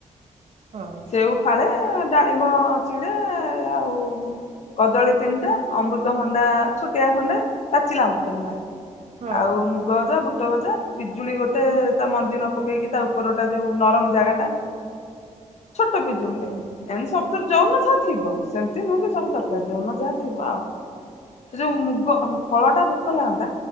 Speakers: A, on the right; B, on the left.
A: ହଁ।
B: ସେଉ ଫାଳେ ଡାଳିମ୍ ଟିକେ ଆଉ କଦଳୀ ତିନିଟା ଅମୃତଭଣ୍ଡା ଛୋଟିଆ ଖଣ୍ଡେ ପାଚିଲା ଅମୃତଭଣ୍ଡା
A: ହଁ
B: ଆଉ ମୁଗ ଭଜା ବୁଟ ଭଜା ପିଜୁଳି ଗୋଟେ ତା ମଞ୍ଜି ନ ପକେଇକି ତା ଉପରଟା ଯୋଉ ନରମ ଜାଗା ଟା ଛୋଟ ପିଜୁଳି ଟେ
A: ହଁ
B: ଏନ୍ ସବ ଯୌନ ଯାହା ଥିବ ସେମିତି ନୁହେଁ କି ସବୁ ଦରକାର ଯୌନ ଯାହା ଥିବ ଆଉ ସେ ଯୋଉ ମୁଗ ଫଳ ଟା ଭୋକ ଲାଗନ୍ତା